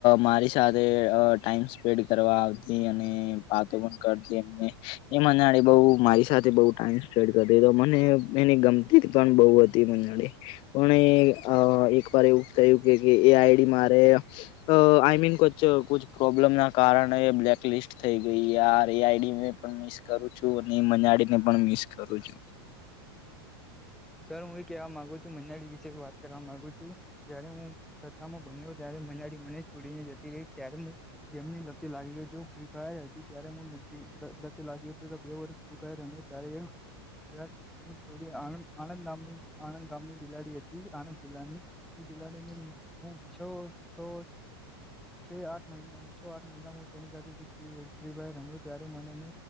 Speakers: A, on the left; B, in the centre.
A: મારી સાથે અ ટાઈમ સ્પેન્ડ કરવા આવતી અને વાતો પણ કરતી એમને એ મનાડી બહુ મારી સાથે બહુ ટાઈમ સ્પેડ કરીતી તો મને એ એની ગમ. તી પણ બહુ હતી મનાડી. પણ એ અ એકવાર એવું કય્યું કે એ આઈડી મારે અ આઈ મીન કોચ કુછ પ્રોબ્લેમ ના કારણે બ્લેક લિસ્ટ થઈ ગઈ યાર તે આઇડી ને પણ મિસ કરું છું અને મનાડીને પણ મિસ કરું છું.
B: સર હું એ કહેવા માગુ છું મનાડી વિશે વાત કરવા માગુ છું. જયારે હું છથ્થામાં ભણયો ત્યારે મનાડી મને છોડીને જતી રહી ત્યારે મુ ગેમની લતે લાગી ગયો જો ફ્રી ફાયર હતી ત્યારે હું લતે લાગી તો બે વર્ષ પ એણ તરે શરાટ ચોલી આનંદ <inaudible> આણંદ નામની આણંદ ગામની બિલાડી હતી આણંદ જિલ્લાની એ બિલાડી ને હું છ છ છે આઠ મહિના છ આઠ મહિના હું તેની સાથે ફી ફાયર રમયો ત્યારે મનેને